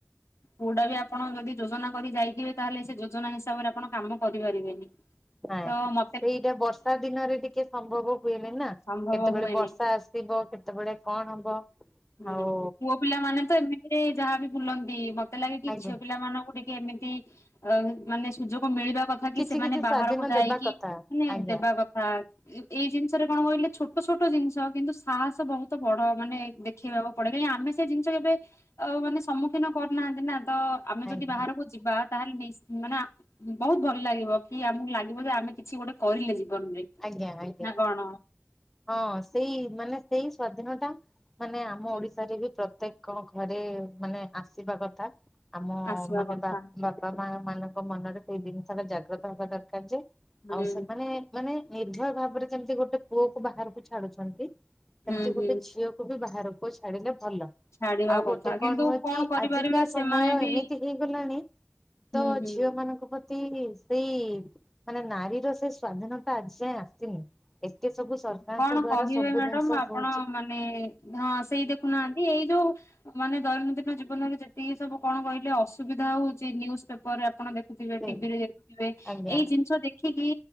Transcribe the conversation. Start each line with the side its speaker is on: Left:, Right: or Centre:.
Left: କୋଉଟା ବି ଆପଣ ଯଦି ଯୋଜନା କରି ଯାଇଥିବେ। ତାହେଲେ ସେ ଯୋଜନା ହିସାବରେ ଆପଣ କାମ କରିପାରିବେନି।
Centre: ନାଇଁ
Left: ତ ମ
Centre: ସେଇଟା ବର୍ଷା ଦିନରେ ଟିକେ ସମ୍ଭବ ହୁଏନି ନା।
Left: ସମ୍ଭବ
Centre: କେତେବେଳେ
Left: ହୁଏନି
Centre: ବର୍ଷା ଆସିବ। କେତେବେଳେ କଣ ହବ?
Left: ହୁଁ
Centre: ଆଉ
Left: ପୁଅ ପିଲା ମାନେ ତ ଏମିତିରେ ଯାହାବି ବୁଲନ୍ତି। ମତେ ଲାଗେ କି
Centre: ଆଜ୍ଞା
Left: ଝିଅ ପିଲା ମାନଙ୍କୁ ଗୋଟେ ଏମିତି ଅ ମାନେ ସୁଯୋଗ ମିଳିବା କଥା
Centre: କିଛି
Left: କି ସେମାନେ
Centre: କିଛି
Left: ବାହାରକୁ
Centre: ସ୍ଵାଧୀନ
Left: ଯାଇକି
Centre: ଦେବା କଥା
Left: ମାନେ
Centre: ଆଜ୍ଞା
Left: ଦେବା କଥା। ଏଇ ଜିନିଷରେ କଣ କହିଲେ ଛୋଟ ଛୋଟ ଜିନିଷ କିନ୍ତୁ ସାହସ ବହୁତ ବଡ। ମାନେ ଦେଖିବାକୁ ପଡେ। କାହିଁକି ଆମ ସେ ଜିନିଷ କେବେ ଆ ମାନେ ସମ୍ମୁଖୀନ କରୁନାହାନ୍ତି ନା। ତ ଆମେ ଯଦି
Centre: ଆଜ୍ଞା
Left: ବାହାରକୁ ଯିବା ତାହେଲେ ନିସ୍ ମାନେ ବହୁତ ଭଲ ଲାଗିବ। କି ଆମକୁ ଲାଗିବ ଯେ ଆମେ କିଛି ଗୋଟେ କରିଲେ ଯି ନରେ
Centre: ଆଜ୍ଞା ଆଜ୍ଞା।
Left: ନା କଣ।
Centre: ହଁ ସେଇ ମାନେ ସେଇ ସ୍ଵାଧୀନ ଟା ମାନେ ଆମ
Left: ହୁଁ
Centre: ଓଡିଶାରେ ବି ପ୍ରତ୍ୟେକ କଣ ଘରେ ମାନେ ଆସିବା କଥା। ଆମ
Left: ଆସିବା
Centre: ମାନେ
Left: କଥା
Centre: ବା ବାପା ମା ମାନଙ୍କ ମନରେ ସେଇ ଜିନିଷ ଟା ଜାଗ୍ରତ ହବା ଦରକାର। ଯେ
Left: ହୁଁ
Centre: ଆଉ ସେମାନେ ମାନେ ନିର୍ଭୟ ଭାବରେ ଯେମିତି ଗୋଟେ ପୁଅ କୁ ବାହାରକୁ ଛାଡୁଛନ୍ତି। ସେମତି
Left: ହୁଁ ହୁଁ।
Centre: ଗୋଟେ ଝିଅକୁ ବି ବାହାରକୁ କ ଛାଡିଲେ ଭଲ
Left: ଛାଡିବା
Centre: ଆଉ
Left: କଥା
Centre: ଗୋଟେ
Left: କିନ୍ତୁ
Centre: କଣ ହୁଏ କି
Left: କରିପାରିବେ
Centre: ଆଜିକା ସମୟ
Left: ସେମାନେ ବି
Centre: ଏମିତି ହେଇଗଲାଣି। ତ
Left: ହୁଁ ହୁଁ।
Centre: ଝିଅ ମାନଙ୍କ ପ ସେଇ ମାନେ ନାରୀର ସେଇ ସ୍ଵାଧୀନତା ଆଜି ଯାଏଁ ଆସିନି। ଏତେ ସବୁ ସରକାରଙ୍କ
Left: କଣ
Centre: ଦ୍ଵାରା
Left: କହିବେ
Centre: ସବୁ
Left: ମ୍ୟାଡାମ
Centre: ଜିନିଷ
Left: ଆପଣ
Centre: ହଉଛି
Left: ମାନେ ହଁ ସେଇ ଦେଖୁନାହାନ୍ତି। ଏଇ ଯୋଉ ମାନେ ଦୈନନ୍ଦିନ ଜୀବନରେ ଯେତିକି ସବୁ କଣ କହିଲେ ଅସୁବିଧା ହଉଛି। ନ୍ୟୁଜ୍ ପେପର ରେ ଆପଣ ଦେଖ ଥିବେ
Centre: ସେ
Left: ଟିଭିରେ ଦେଖୁଥିବେ।
Centre: ଆଜ୍ଞା।
Left: ଏଇ ଜିନିଷ ଦେଖ ଦେଖିକି